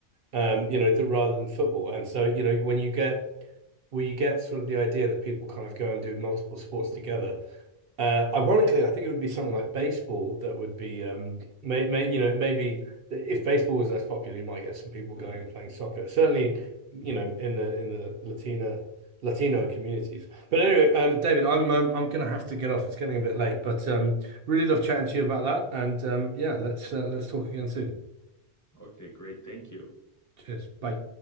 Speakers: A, on the right; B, on the left.
A: um, you know, th rather than football. And so, you know, when you get where you get sort of the idea that people kind of go and do multiple sports together, uh, ironically, I think it would be something like baseball that would be, um, may, may, you know, maybe if baseball was less popular, you might get some people going and playing soccer. Certainly, you know, in the in the Latina Latino communities. But anyway, um, David, I'm um, I'm gonna have to get off. It's getting a bit late, but um, really love chatting to you about that. And um, yeah, let's uh, let's talk again soon.
B: Okay, great. Thank you.
A: Cheers. Bye.